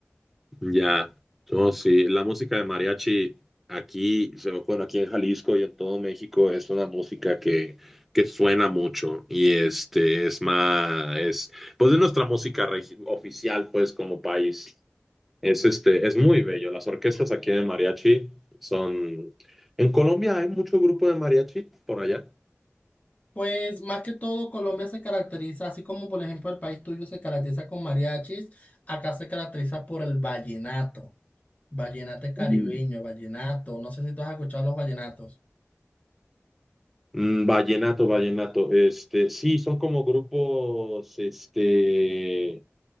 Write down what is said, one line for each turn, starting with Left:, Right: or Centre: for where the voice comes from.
Centre: Ya, no, sí, la música de mariachi aquí, o sea, bueno, aquí en Jalisco y en todo México es una música que, que suena mucho y este es más, es pues de nuestra música regi- oficial, pues como país, es este, es muy bello. Las orquestas aquí de mariachi son, en Colombia hay mucho grupo de mariachi por allá.
Left: Pues más que todo, Colombia se caracteriza, así como por ejemplo el país tuyo se caracteriza con mariachis, acá se caracteriza por el vallenato. Vallenato caribeño,
Centre: Mm.
Left: vallenato. No sé si tú has escuchado los vallenatos.
Centre: Mm, Vallenato, vallenato, este, sí, son como grupos, este,